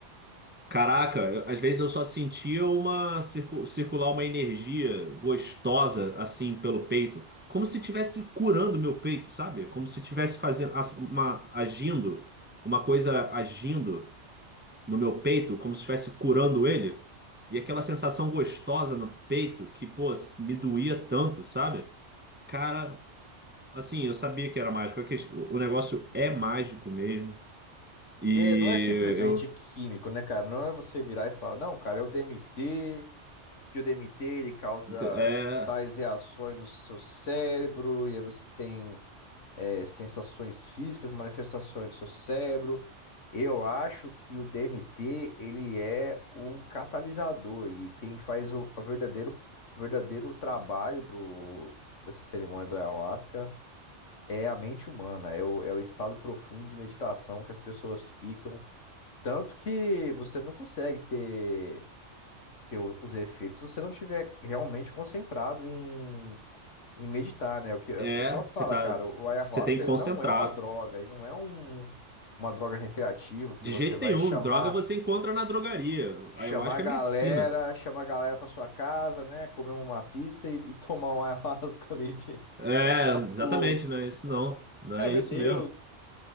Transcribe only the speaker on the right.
Caraca, eu- às vezes eu só sentia uma circu- circular uma energia gostosa assim pelo peito, como se estivesse curando meu peito, sabe? Como se estivesse fazendo as- uma agindo, uma coisa agindo. no meu peito, como se estivesse curando ele. E aquela sensação gostosa no peito que, pô, me doía tanto, sabe? Cara, assim, eu sabia que era mágico. A ques- O negócio é mágico mesmo. E
eu.
É.
É.
Você
tá,
você
tem que
concentrar.
De
jeito
nenhum.
Droga você encontra na drogaria.
Aí eu acho que
é medicina.
É, exatamente,
não é isso não. Não
é
isso
mesmo.